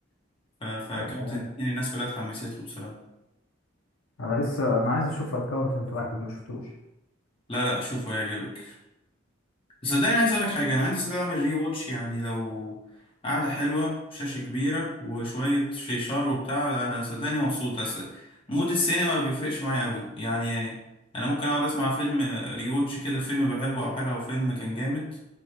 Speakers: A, on the left; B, on the left.
A: يعني فاكونتنت
B: طب يعني
A: اتنين الناس كلها اتحمست له بصراحه
B: انا لسه انا عايز اشوف اكونت واحد ما شفتوش
A: لا لا شوفه هيعجبك بس صدقني عايز اقول لك حاجه انا عندي استعداد اعمل ري واتش يعني لو قعده حلوه شاشه كبيره وشويه فيشار وبتاع انا صدقني مبسوط اصل مود السينما ما بيفرقش معايا قوي يعني انا ممكن اقعد اسمع فيلم ريوتش كده الفيلم بحبه او حاجه او فيلم كان جامد